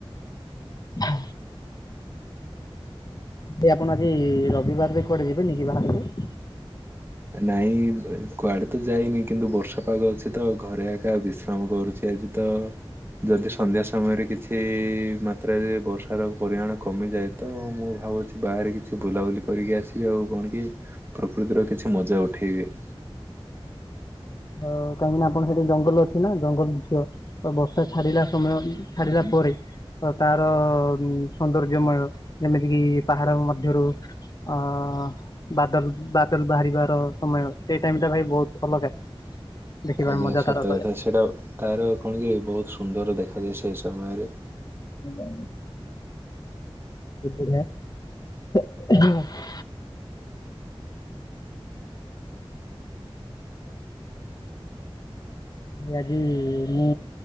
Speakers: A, on the left (about 40°); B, on the right (about 25°).
A: ହ ଏଇ ଆପଣ ଆଜି ରବିବାରରେ କୁଆଡେ ଯିବେନି କିି ବାହାରୁ କୁ?
B: ନାଇଁ କୁଆଡେ ତ ଯାଇନି କିନ୍ତୁ ବର୍ଷା ପାଗ ଅଛି ତ ଘରେ ଏକା ବିଶ୍ରାମ କରୁଚି ଆଜି। ତ ଯଦି ସନ୍ଧ୍ୟା ସମୟରେ କିଛି ମାତ୍ରାରେ ବର୍ଷାର ପରିମାଣ କମିଯାଏ। ତ ମୁଁ ଭାବୁଚି ବାହାରେ କିଛି ବୁଲାବୁଲି କରିକି ଆସିବି। ଆଉ କଣ କି ପ୍ରକୃତିର କିଛି ମଜା ଉଠେଇ ଦିଏ।
A: ଆଉ କାହିଁକି ନା ଆପଣ ସେଇଠି ଜଙ୍ଗଲ ଅଛି ନା ଜଙ୍ଗଲ ଦୁଶିବ। ଆଉ ବର୍ଷା ଛାଡିଲା ସମୟ ଛାଡିଲା ପରେ ତ ତାର ସୌନ୍ଦର୍ଯ୍ୟମୟ ଯେମିତିକି ପାହାଡ ମଧ୍ୟରୁ ଅ ବାଦଲ ବାଦଲ ବାହାରିବାର ସମୟ ସେଇ ଟାଇମ୍ ଟା ଭାଇ ବୋହୁତ ଅଲଗା। ଦେଖିବାର
B: ଆଜ୍ଞା
A: ମଜା
B: ସତ
A: ତା'ର ଅଲଗା
B: କଥା ସେଇଟା ତାର କଣ କି ବୋହୁତ ସୁନ୍ଦର ଦେଖାଯାଏ ସେ ସମୟରେ।
A: <unintelligible> <unintelligible> ଭାଇ ଆଜି ମୁଁ